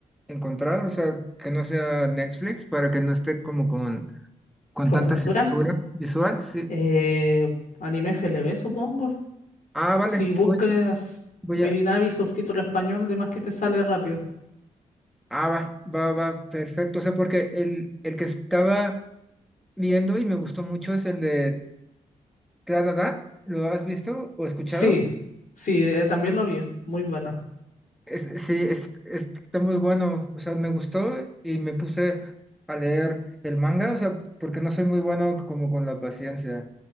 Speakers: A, in the centre; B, on the left (about 60°).
A: encontrar? O sea, que no sea Netflix para que no esté como con, con
B: ¿Con
A: tanta
B: censura?
A: censura visual. Sí.
B: Eh, anime F L V supongo.
A: Ah, vale.
B: Si buscas
A: Voy, voy
B: Made
A: a...
B: in Abyss subtítulo español, de más que te sale rápido.
A: Ah, va, va, va. Perfecto. O sea, porque el, el que estaba viendo y me gustó mucho es el de Tradada. ¿Lo has visto o escuchado?
B: Sí, sí, eh, también lo vi. Muy bueno.
A: Es- sí, es- es- está muy bueno, o sea, me gustó y me puse a leer el manga, o sea, porque no soy muy bueno como con la paciencia.